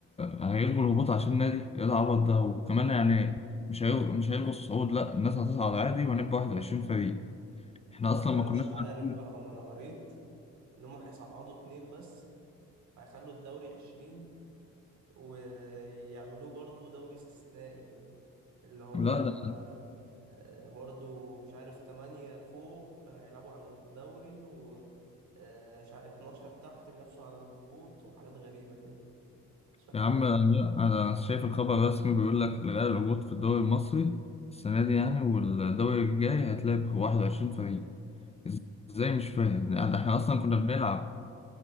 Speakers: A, on the left (about 20°); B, on the right (about 70°).
A: فهيلغوا الهبوط عشان النادي ايه العبط ده وكمان يعني مش هيلغوا مش هيلغوا الصعود لا الناس هتصعد عادي وهنبقى 21 فريق احنا
B: ما
A: اصلا
B: هو أنا
A: ما
B: مش
A: كناش
B: عارف
A: عارفين
B: بقى هم أنا قريت إن هم هيصعدوا اتنين بس هيخلوا الدوري عشرين ويعملوه برضو دوري استثنائي كده اللي هو
A: لا ده
B: آه، آه، برضو مش عارف تمانية فوق آه، هيلعبوا على الدوري آه، مش عارف 12 تحت بينافسوا على الهبوط وحاجات غريبة كده مش فاهم
A: يا
B: حاجة
A: عم لا، انا شايف الخبر الرسمي بيقول لك الغاء الهبوط في الدوري المصري السنه دي يعني والدوري الجاي هتلاعب 21 فريق ازاي مش فاهم يعني احنا اصلا كنا بنلعب